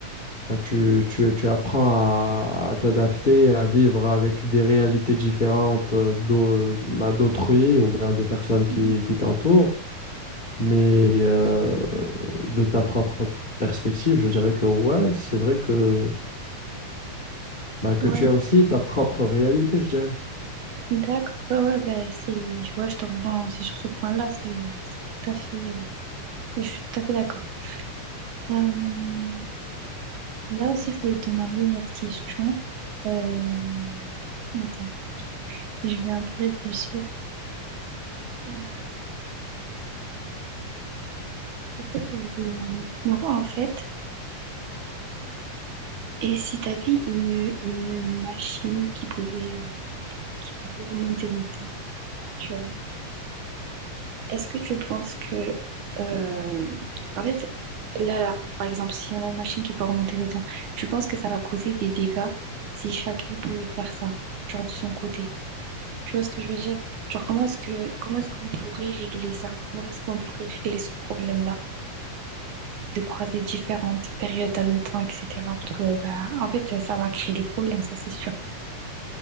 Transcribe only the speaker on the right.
mhm,
Ouais,
d'accord. Ouais, ouais, bah, c'est, je vois, je te rejoins aussi sur ce point-là. C'est c'est tout à fait, euh, je suis tout à fait d'accord. Euh, Là aussi, je voulais te demander une autre question. Euh, Attends, je vais un peu réfléchir. Euh, Qu'est-ce que je voulais te demander? Donc, en fait, et si t'avais une, une machine qui pouvait, qui pouvait remonter le temps, tu vois, est-ce que tu penses que... euh, En fait, là, là, par exemple, si on a une machine qui peut remonter le temps, tu penses que ça va causer des dégâts si chacun pouvait faire ça, genre de son côté? Tu vois ce que je veux dire? Genre, comment est-ce que, comment est-ce qu'on pourrait régler ça? Comment est-ce qu'on pourrait régler ce problème-là? De croiser différentes périodes dans le temps, etc. Parce que, bah, en fait, ça va créer des problèmes, ça, c'est sûr.